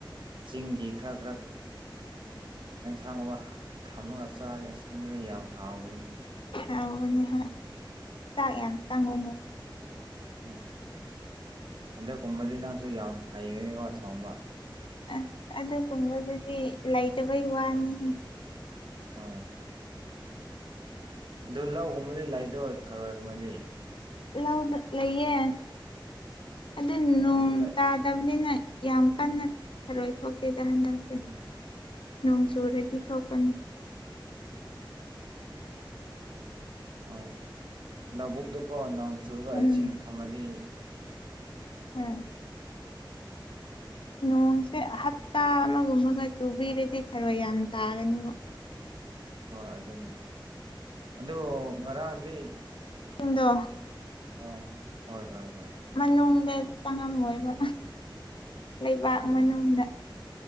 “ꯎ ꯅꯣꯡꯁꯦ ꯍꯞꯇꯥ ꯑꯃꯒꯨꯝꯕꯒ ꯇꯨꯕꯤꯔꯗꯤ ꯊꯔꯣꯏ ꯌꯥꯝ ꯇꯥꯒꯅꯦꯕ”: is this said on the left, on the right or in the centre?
Left